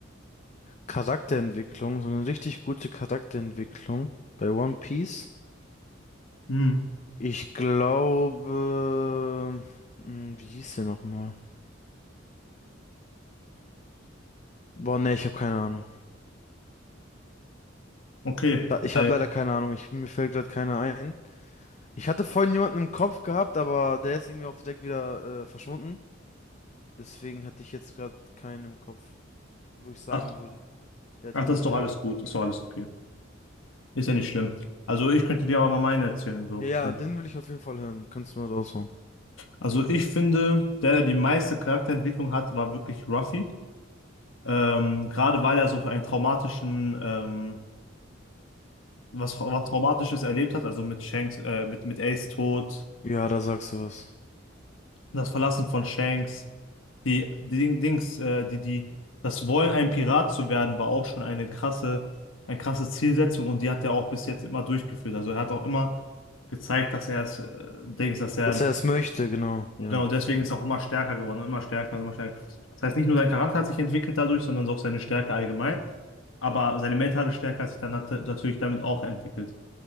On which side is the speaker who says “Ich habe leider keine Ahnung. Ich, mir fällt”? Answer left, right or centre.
Left